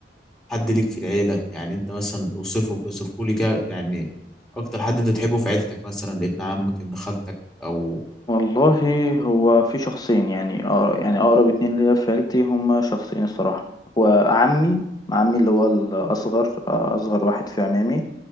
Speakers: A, in the centre; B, on the left.
A: حد ليك في العيله يعني انت مثلا اوصفه اوصفه لي كده يعني اكتر حد انت تحبه في عيلتك مثلا ابن عمك ابن خالتك او
B: والله هو في شخصين يعني أقرب يعني أقرب اتنين ليا في عيلتي هما شخصين الصراحة وعمي عمي اللي هو الأصغر آه، أصغر واحد في عمامي